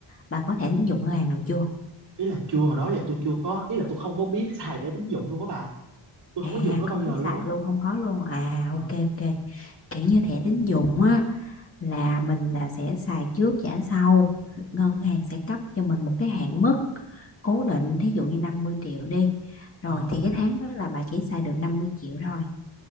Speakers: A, on the left; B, on the right.
A: bà có thẻ tín dụng ngân hàng nào chưa?
B: ý là chưa hồi đó giờ tôi chưa có ý là tôi không có biết <laughs> xài thẻ tín dụng luôn á bà tôi
A: À,
B: không có dùng nó bao
A: không
B: giờ
A: biết
B: luôn
A: xài
B: á
A: luôn, không có luôn. À,
B: ờ
A: ok ok. Kiểu như thẻ tín dụng á là mình là sẽ xài trước trả sau ngân hàng sẽ cấp cho mình một cái hạn mức cố định thí dụ như 50 triệu đi rồi
B: ờ
A: thì cái tháng đó là bà chỉ xài được 50 triệu thôi